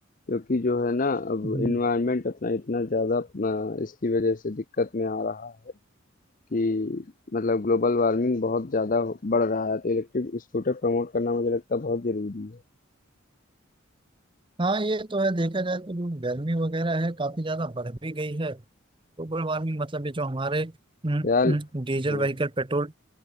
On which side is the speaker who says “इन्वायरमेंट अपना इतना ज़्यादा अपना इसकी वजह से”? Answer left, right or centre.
Left